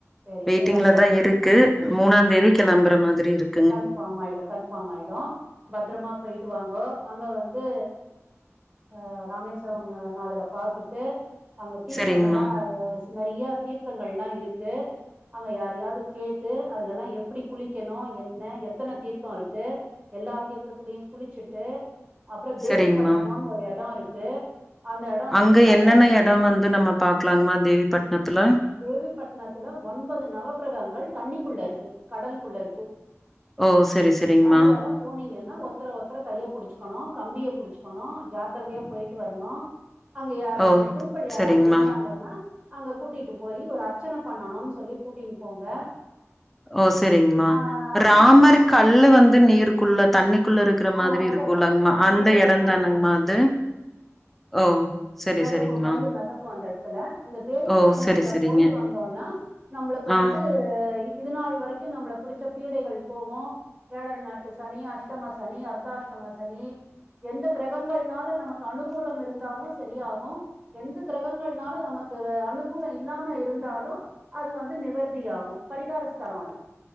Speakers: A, on the right; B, in the centre.
A: சரி
B: வெயிட்டிங்ல
A: எல்லாருக்கு
B: தா இருக்கு மூணாந்தேதி கெளம்பற மாதிரி இருக்
A: கண்ஸ் ஃபாமாயிடு கன்ஃபாமாயிடு பத்திரமா போய்ட்டு வாங்கோ அங்க வந்து அ ராமேஸ்வரம் நாதர பாத்துட்டு அங்க தீர்த்தமெல்லா
B: சரிங்மா
A: <unintelligible> நறைய தீர்த்தங்கள்ளா இருக்கு அங்க யாரயாது கேட்டு அதுலலா எப்டி குளிக்கணு என் ன எத்தன தீர்த்தம் இருக்கு எல்லா தீர்த்தத்திலையும் குளிச்சுட்டு அப்றோ தேவிப்பட்டனேனு
B: சரிங்மா.
A: ஒரு எடோ இருக்கு அந்த எடோ
B: அங்க
A: வந்து த
B: என்னென்ன எடம் வந்து நம்ம பாக்கலாங்கமா தேவிப்பட்னத்துல
A: தேவிப்பட்னத்துல ஒன்பது நவ கிரகங்கள் தண்ணிக்குள்ள இருக்கு கடல்குள்ள இருக்கு
B: ஓ சரி சரிங்மா
A: அந்த இடம் போனீங்கன்னா ஒத்தர ஒத்தர கைய்ய புடிச்சுக்கணு கம்பிய புடிச்சுக்கணு ஜாக்காரதையா போய்ட்டு வரணு அங்க யாரா
B: ஓ
A: அங்க குருக்கள் யாராவ்து
B: சரிங்மா.
A: இருந்தாங்கன்னா அங்க கூட்டிட்டு போயி ஒரு அர்ச்சன பண்ணன் சொல்லி கூட்டின் போங்க
B: ஓ சரிங்மா
A: ஆஹ்
B: ராமர்
A: இல்ல அங்கேயும்
B: கல்லு வந்து நீர்க்குள்ள தண்ணி குள்ள இருக்குற மாரி
A: ஆமா மிதக்கும்
B: இருக்குலங்மா அந்த
A: மிதக்கும்
B: எடந்
A: மிதக்கும்
B: தானங்கமா அது ஓ சரி
A: மெதக்கு
B: சரிங்கம்மா.
A: கல்லு மெதக்கு அந்த எடத்துல இந்த தேவிப்பட்டணத்துல
B: ஓ! சரி சரிங்க.
A: போயிட்டு வந்தோனா நம்பளுக்கு
B: ஆ.
A: வந்து இது நாள் வரைக்கு நம்பள பிடிச்ச பீடைகள் போகு ஏழர நாட்டு சனி அஷ்டம சனி அர்தாஷ்டம சனி எந்த கெரகங்கள்னால நமக்கு அனுகூலம் இருந்தாலு சரியா ஆகு எந்த கெரகங்கள்னால நமக்கு அனுகூல இல்லாம இருந்தாலு அது வந்து நிவர்த்தி ஆகும் பரிகார ஸ்தலோ அது